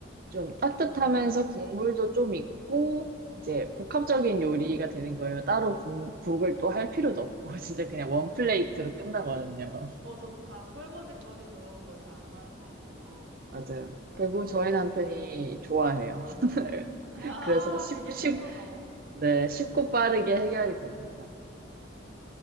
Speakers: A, on the right; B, on the right.
A: 좀 따뜻하면서
B: 음,
A: 국물도 좀 있고, 이제 복합적인
B: 음.
A: 요리가 되는 거예요. 따로 국, 국을 또 할 필요도 없고, <laughs> 진짜 그냥 원 플레이트로 끝나거든요.
B: 어, 좋다. 설거지거리도 잘 안 나올 것 같고.
A: 맞아요. 그리고 저희
B: 어,
A: 남편이
B: 완전.
A: 좋아해요.
B: 음. <laughs> 아,
A: <laughs> 그래서 쉽,
B: 그게 최고죠.
A: 네, 쉽고 빠르게 해결이 됩니다.